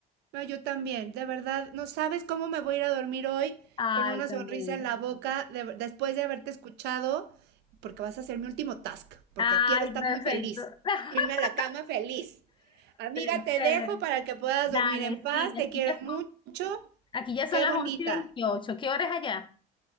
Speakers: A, on the right (about 85°); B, on the left (about 30°).
A: No, yo también, de verdad, no sabes cómo me voy a ir a dormir hoy
B: Ay,
A: con una
B: tan
A: sonrisa
B: bella.
A: en la boca de- después de haberte escuchado, porque vas a ser mi último task, porque
B: Ay,
A: quiero estar
B: perfecto.
A: muy feliz,
B: <laughs>
A: irme a la cama feliz. Amiga,
B: Chévere.
A: te dejo para que puedas
B: Dale,
A: dormir en paz,
B: sí,
A: te
B: aquí
A: quiero
B: ya
A: mucho,
B: son, aquí ya son
A: qué
B: las
A: bonita.
B: 11 y 28. ¿Qué hora es allá?